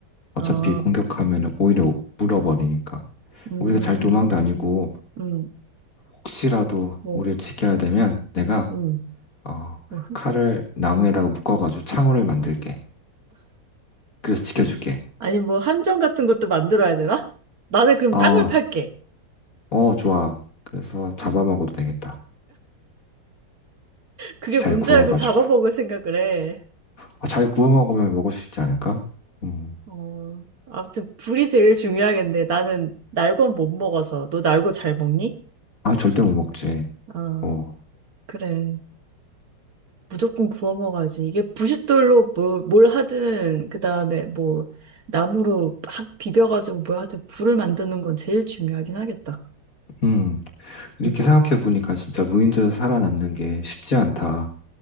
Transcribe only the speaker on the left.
어차피
공격하면 오히려 물어버리니까.
우리가 잘 도망 다니고
혹시라도
우리를 지켜야 되면 내가,
어,
칼을 나무에다가 묶어가지고 창호를 만들게. 그래서 지켜줄게.
아,
어, 좋아. 그래서 잡아 먹어도 되겠다.
잘
구워가지고.
아, 잘 구워 먹으면 먹을 수 있지 않을까? 음.
아, 절대 못 먹지.
어.
음. 이렇게
생각해 보니까 진짜 무인도에서 살아남는 게 쉽지 않다.